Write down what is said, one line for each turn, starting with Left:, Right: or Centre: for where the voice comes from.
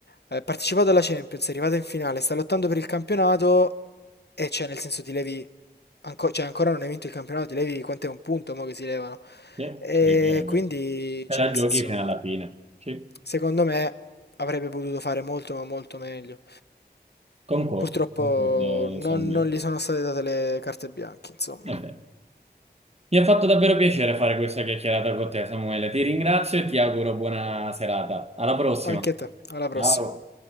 Left: eh, partecipato alla Champions, è arrivata in finale, sta lottando per il campionato e cioè nel senso ti levi, anco- cioè ancora non hai vinto il campionato, ti levi quant'è un punto mo che si levano.
Right: Sì,
Left: E
Right: sì, è vero, è vero.
Left: quindi,
Right: Te
Left: cioè
Right: la
Left: nel
Right: giochi
Left: senso,
Right: fino alla fine. Sì,
Left: secondo me avrebbe potuto fare molto ma molto meglio.
Right: concordo,
Left: Purtroppo
Right: concordo
Left: non,
Right: Samuele.
Left: non gli sono state date le carte bianche, insomma.
Right: È vero. Mi ha fatto davvero piacere fare questa chiacchierata con te, Samuele. Ti ringrazio e ti auguro buona serata. Alla prossima.
Left: Anche a te, alla prossima.
Right: Ciao.